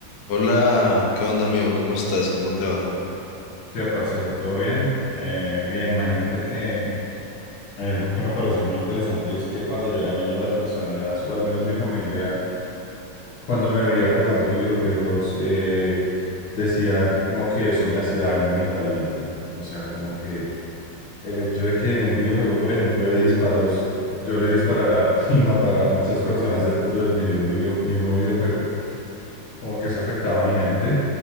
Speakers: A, on the left (about 55°); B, on the left (about 85°).
A: Hola, ¿qué onda amigo? ¿Cómo estás? ¿Cómo te va?
B: ¿Qué, parcero? ¿Todo bien? Eh, bien, imagínate que hay algo que me pareció muy interesante y es que cuando yo era niño las personas, o al menos mi familia, cuando me veía jugando videojuegos, eh, decían como que eso me hacía daño mentalmente. O sea, como que el hecho de que en un videojuego, por ejemplo, de disparos, yo le disparara <laughs> y matara a muchas personas dentro del medio video- mismo videojuego, como que eso afectaba a mi mente